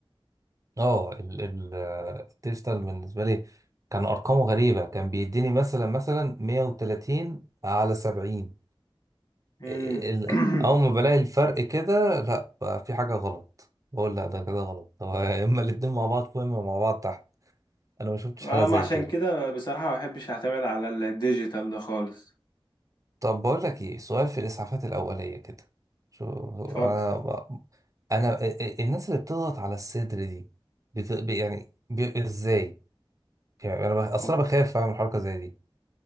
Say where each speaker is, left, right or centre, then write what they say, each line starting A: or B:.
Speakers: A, on the right; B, on the left.
A: اه ال- ال- الديجيتال بالنسبه لي كان ارقامه غريبه كان بيديني مثلا مثلا 130 على 70
B: امم
A: ال-
B: <clears throat>
A: اول ما بلاقي الفرق كده لا بقى في حاجه غلط بقول لا ده كده غلط هو يا اما الاتنين مع بعض فوق يا اما مع بعض تحت انا ما شفتش
B: أما
A: حاله زي
B: عشان
A: كده
B: كده بصراحة ما بحبش اعتمد على الديجيتال ده خالص
A: طب بقول لك ايه سؤال في الاسعافات الاوليه كده شو
B: اتفضل
A: انا انا الناس اللي بتضغط على الصدر دي بت... يعني ب... ازاي يعني انا ب... اصلا
B: أهو
A: بخاف اعمل حركه زي دي